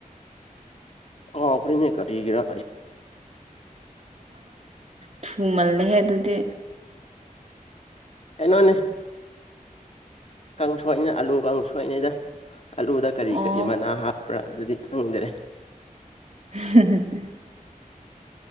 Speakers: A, on the left (about 50°); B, on the right (about 50°).
A: ꯑꯥꯎꯈꯔꯤꯅꯦ ꯀꯔꯤꯒꯔ
B: ꯊꯨꯃꯜꯂꯦꯍꯦ ꯑꯗꯨꯗꯤ
A: ꯑꯦꯅꯅꯦ ꯀꯥꯡ ꯁꯣꯏꯅ ꯑꯥꯂꯨ ꯀꯥꯡ ꯁꯣꯏꯅꯩꯗ ꯑꯥꯂꯨꯗ ꯀꯔꯤ
B: ꯑꯣ
A: ꯀꯔꯤ ꯃꯅꯥ ꯍꯥꯞꯄ ꯄꯨ꯭ꯔꯥ ꯑꯗꯨꯗꯤ ꯈꯪꯗꯔꯦ
B: <inaudible>